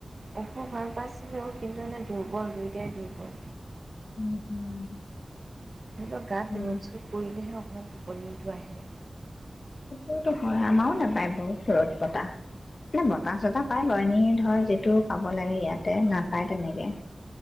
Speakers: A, on the right; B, on the left.
A: অসুখ ভাল পাইছিলোঁ, কিন্তু এনেই দুৰ্বল, দুয়োটাই দুৰ্বল।
B: উম উম।
A: ধৰি লওঁ গাত
B: উম
A: ৰ'দ চ'দ পৰিলেহে অকণমান টোপনিটো আহে।
B: সেইটোট হয়, আমাৰো নাপায় বাৰু ঘৰত পতা। নে বতাহ চতাহ পায় বাও, এনেই ধৰ যিটো পাব লাগে ইয়াতে নাপায় তেনেকে।